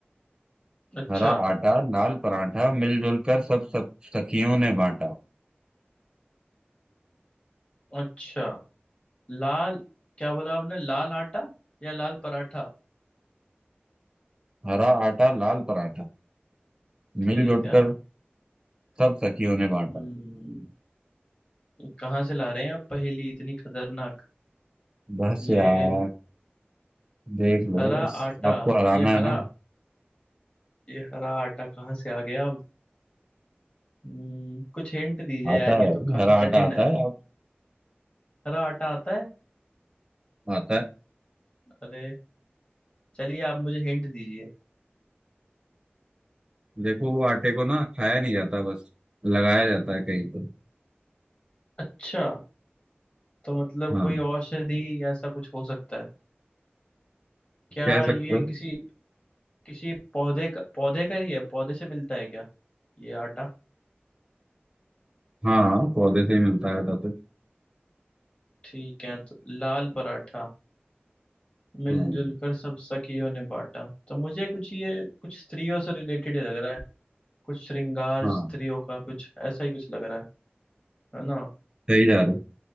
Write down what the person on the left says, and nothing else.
अच्छा
अच्छा लाल क्या बोला आपने लाल आटा या लाल पराठा
ठीक
है
हम्म ये कहाँ से ला रहे हैं आप पहेली इतनी खतरनाक
ये
हरा आटा
ये
हरा
ये हरा आटा कहाँ से आ गया अब हम्म, कुछ हिंट दीजिए
यार ये
तो काफी
कठिन
है
हरा आटा आता है
अरे चलिए आप मुझे हिंट दीजिए
अच्छा तो मतलब
कोई औषधि ऐसा कुछ हो सकता है क्या
ये
किसी किसी पौधे का पौधे का ही है पौधे से मिलता है क्या ये आटा
ठीक है तो लाल पराठा मिलजुल
कर सब सखियों ने बांटा तो मुझे कुछ ये कुछ स्त्रियों से रिलेटेड ही लग रहा है कुछ श्रृंगार
स्त्रियों का कुछ ऐसा ही कुछ लग रहा है है ना